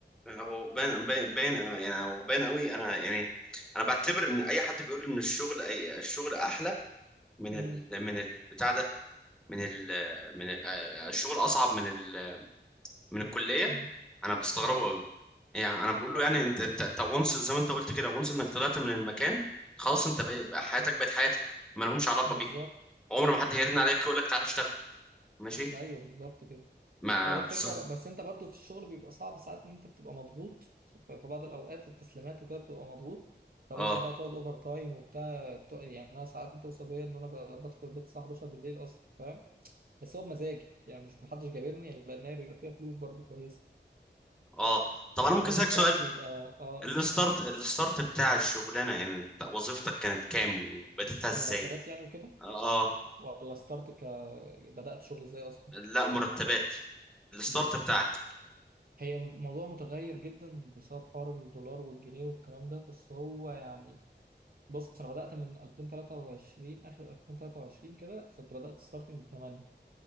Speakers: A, in the centre; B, on the right (about 55°).
A: هو باين باين باين يعني هو باين قوي انا يعني انا بعتبر ان اي حد بيقول ان الشغل أي الشغل احلى من
B: امم
A: ال من البتاع ده من ال من ال الشغل اصعب من ال من الكليه
B: امم
A: انا بستغربه
B: اه
A: قوي يعني انا بقول
B: لا
A: له يعني
B: لا
A: انت
B: طبعا
A: انت انت وانس زي ما انت قلت كده وانس انك طلعت من المكان خلاص انت بقى بقى حياتك بقت حياتك ما لهمش علاقه
B: بالظبط
A: بيه عمر ما حد
B: بالظبط
A: هيرن عليك يقول لك تعالى اشتغل ماشي
B: ايوه بالظبط كده
A: ما
B: فهي الفكره
A: بز...
B: ب- بس انت برضو في الشغل بيبقى صعب ساعات ان انت بتبقى مضغوط ف- في بعض الاوقات التسليمات وكده بتبقى مضغوط فممكن
A: اه
B: بقى تقعد اوفر تايم وبتاع ت- يعني انا ساعات بتوصل بيا ان انا ب- بدخل البيت الساعه 11 بالليل اصلا فاهم بس هو بمزاجي يعني مش محدش جابرني لان هي بيبقى فيها فلوس برضو كويسه
A: اه طب
B: يعني
A: انا ممكن
B: الاوفر
A: اسالك
B: تايم
A: سؤال
B: بيبقى اه
A: الستارت
B: اس
A: الستارت بتاع الشغلانه يعني بتاع وظيفتك كانت كام وبدأتها ازاي
B: مرتبات يعني وكده
A: اه آه،
B: ولا ستارت ك بدأت شغل ازاي اصلا
A: لا مرتبات الستارت
B: بص
A: بتاع عكتك
B: هي الموضوع متغير جدا بسبب حوار الدولار والجنيه والكلام ده بس هو يعني بص انا بدأت من 2023 اخر 2023 كده كنت بدأت ستارتنج ب 8